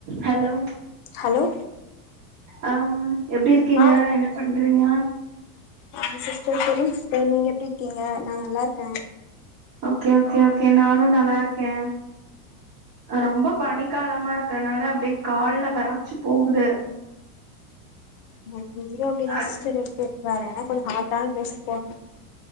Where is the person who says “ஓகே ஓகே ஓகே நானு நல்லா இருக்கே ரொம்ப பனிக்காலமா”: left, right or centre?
Right